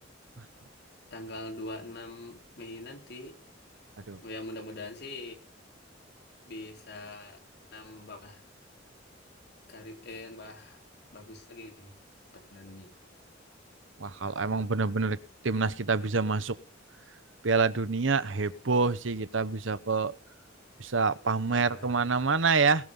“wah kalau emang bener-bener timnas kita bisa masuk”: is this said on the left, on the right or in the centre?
Right